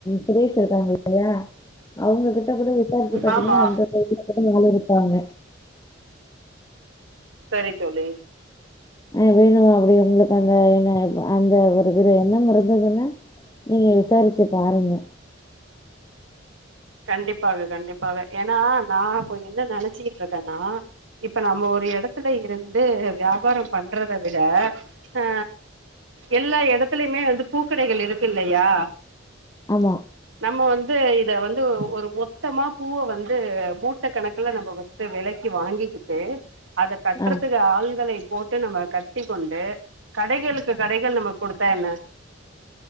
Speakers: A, on the left (about 20°); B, on the right (about 75°).
A: சுரேஷ் இருக்காங்க இல்லையா அவங்க கிட்ட கூட தோழருக்கு பாத்தீங்கன்னா
B: ஆமா
A: அந்த வயதுல தா அவுங்களு இருப்பாங்க
B: சரி தோழி
A: அது வேணுமா அப்டி உங்களுக்கு அந்த என்ன அந்த ஒரு எண்ணம் இருந்ததுன்னா நீங்க விசாரிச்சி பாருங்க
B: கண்டிப்பாக கண்டிப்பாக ஏன்னா நா இப்ப என்ன நெனைச்சிக்கிட்டு இருக்கேன்னா இப்ப நம்ம ஒரு எடத்துல இருந்து வியாபாரம் பண்றத விட ஆ எல்லா இடத்துலயுமே வந்து பூக்கடைகள் இருக்கு இல்லையா
A: ஆமா
B: நம்ம வந்து இத வந் து ஒரு மொத்தமா பூவ வந்து மூட்டை கணக்குல நம்ம ஃபர்ஸ்ட் வெலக்கி வாங்கிக்கிட்டு அத கட்டுறதுக்கு
A: ஆ.
B: ஆள்களை போட்டு நம்ம கட்டிக் கொண்டு கடைகளுக்கு கடைகள் நம்ம குடுத்தா என்ன